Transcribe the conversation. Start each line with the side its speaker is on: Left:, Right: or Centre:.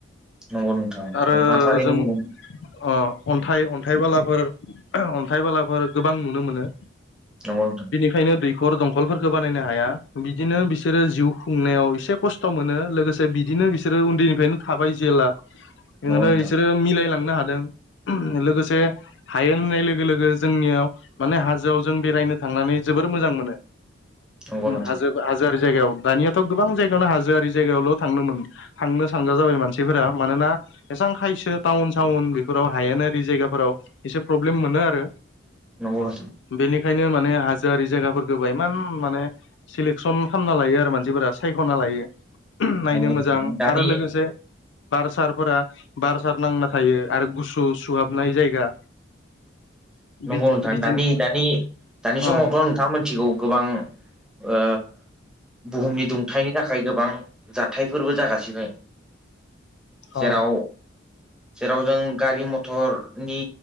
Centre: नंगौ नोंथां
Left: ओ
Centre: नोंथाङा थारैनो
Left: जों
Centre: बुंदों
Left: अ अन्थाइ अन्थाबालाफोर अन्थाइ बालाफोर गोबां नुनो मोनो।
Centre: नंगौ नोंथां
Left: बिनिखायनो दैखर दंखलफोरखो बानायनो हाया बिदिनो बिसोरो जिउ खुंनायाव इसे कस थ' मोनो लोगोसे बिदिनो बिसोरो उन्दैनिफ्रायनो थाबाय जेला ओंखायनो
Centre: नंगौ नोंथां
Left: बिसोरो मिलायलांनो हादों लोगोसे हायेन होननाय लोगो लोगो जोंनियाव माने हाजोआव जों बेरायनो थांनानै जोबोर मोजां मोनो।
Centre: नंगौ नोंथां
Left: हाजो हाजोआरि जायगायाव दानियाथ' गोबां जायगावनो हाजोआरि जायगायावल' थांनोमोन थांनो सानग्रा जाबाय मानसिफोरा मानोना एसे खायसो टाउन सावन बेफोराव हायेनारि जायगाफोराव एसे प्रब्लेम मोनो आरो।
Centre: नंगौ नोंथां
Left: बेनिखायनो माने हाजोआरि जागाफोरखोबो एमान माने सिलेकसन खालामना लायो आरो मानसिफोरा सायख'ना लायो। नायनो
Centre: नंगौ
Left: मोजां
Centre: नोंथां दानि
Left: आरो लोगोसे बार सारफोरा बार सार नांना थायो आरो गुसु सुहाबनाय जायगा बिदि
Centre: नंगौ नोंथां
Left: बिदिनो
Centre: दानि दानि दानि समावथ'
Left: अ
Centre: नोंथाङा मोनथिगौ गोबां ओ बुहुमनि दुंथायनि थाखाय गोबां जाथायफोरबो जागासिनो।
Left: अ
Centre: जेराव जेराव जों गारि मथरनि